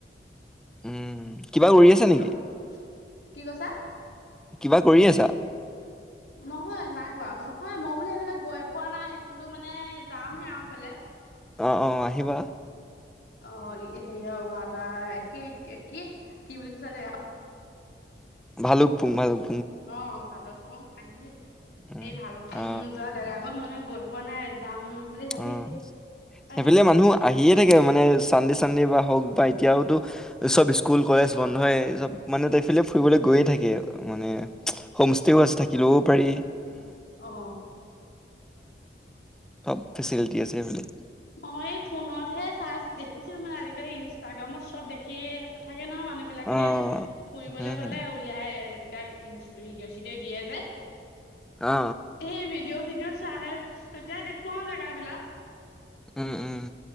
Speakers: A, in the centre; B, on the left.
A: উম। কিবা কৰি আছে
B: হেল্ল'
A: নেকি?
B: কি কৈছা?
A: কিবা কৰি আছা
B: নহয় নাই কোৱা নহয় মই বোলো এইবিলাক গৈ পোৱা নাই কিন্তু মানে যামহে আৰু সফালে
A: অহ, অহ, আহিবা।
B: অ হেৰিয়া ৱাটাৰ কি কি কি বুলি কৈছো জেগা
A: ভালুক পুং ভালুক
B: অহ, ভালুকপুং, আনিলো দেই,
A: উম
B: এই ভালুকপুং
A: অ
B: যোৱা জাগা অলপ মানে গৈ পোৱা নাই, যাম। বুলি ভাবিছো
A: অহ,
B: সেই
A: সেইফালে মানুহ আহিয়ে থাকে মানে চাণ্ডি চাণ্ডি বা হওক বা এতিয়াওতো সব স্কুল কলেজ
B: অ
A: বন্ধয়ে সব মানে তাই ফালে ফুৰিবলৈ গৈয়ে থাকে মানে হোমষ্টেও আছে থাকিলেও পাৰি
B: অ
A: সব ফেচিলিটি আছে সেইফালে।
B: মই এই ফোনতহে চাই দেখিছিল মানে আজিকালি ইনষ্টাগ্ৰামত চব দেখিয়ে পঠাই সে নহয়, মানুহ বিলাকেহে
A: অ
B: ফুৰিবলৈ
A: হম হম
B: গ'লে উওলাই। তাক ইঞ্চ ভিডিঅ'-চিডিঅ' দিয়ে যে।
A: অ অ
B: এই ভিডিঅ' চিডিঅ' চাই তেতিয়া দেখুৱাও জেগাবলাক
A: উম, উম।